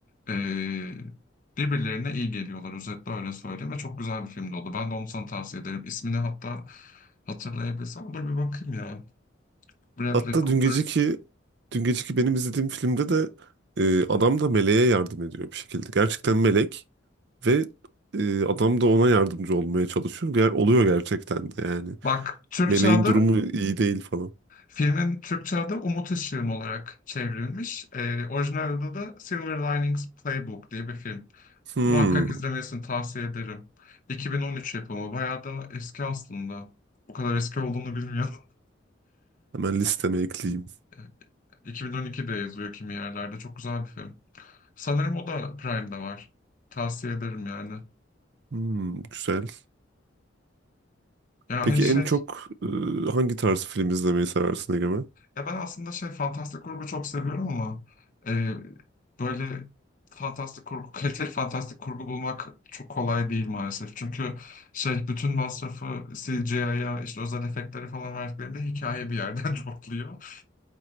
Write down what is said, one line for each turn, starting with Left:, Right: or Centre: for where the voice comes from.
Left: eee, birbirlerine iyi geliyorlar özetle öyle söyleyeyim ve çok güzel bir filmdi oldu. Ben de onu sana tavsiye ederim. İsmini hatta hatırlayabilirsem dur bir bakayım ya. Bradley
Right: Hatta
Left: Cooper.
Right: dün geceki dün geceki benim izlediğim filmde de e, adam da meleğe yardım ediyor bir şekilde. Gerçekten melek. Ve e, adam da ona yardımcı olmaya çalışıyor. Ger oluyor gerçekten de yani.
Left: Bak Türkçe
Right: Meleğin
Left: adı
Right: durumu iyi değil falan.
Left: Filmin Türkçe adı Umut Işığım olarak çevrilmiş. Ee, orijinal adı da Silver Linings Playbook diye bir film.
Right: Hmm,
Left: Muhakkak izlemesini tavsiye ederim. 2013 yapımı. Bayağı da eski aslında. O kadar eski olduğunu bilmiyordum. <laughs>
Right: hemen listeme ekleyeyim.
Left: Ee, 2012'de yazıyor kimi yerlerde. Çok güzel bir film. Sanırım o da Prime'da var. Tavsiye ederim yani.
Right: Hmm, güzel.
Left: Ya
Right: Peki
Left: hani şey
Right: en çok e, hangi tarz film izlemeyi seversin Egemen?
Left: Ya ben aslında şey fantastik kurgu çok seviyorum ama e, böyle fantastik kurgu, kaliteli fantastik kurgu bulmak çok kolay değil maalesef. Çünkü şey bütün masrafı CGI'ya işte özel efektleri falan verdiklerinde hikaye bir yerden <laughs> topluyor.